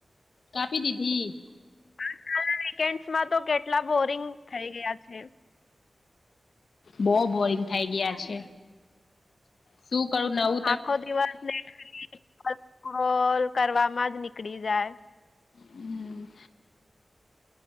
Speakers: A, on the left (about 85°); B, on the left (about 65°).
A: કાપી દીઘી.
B: આજકાલના વીકેન્ડમાં તો કેટલા બોરિંગ થઈ ગયા છે.
A: બહ બોરિંગ થઈ ગયા છે. શું કરું નવ
B: આખો દિવસ લેટ અલ્કો્રોલ કરવામાં જ નીકળી જાય.
A: હમ.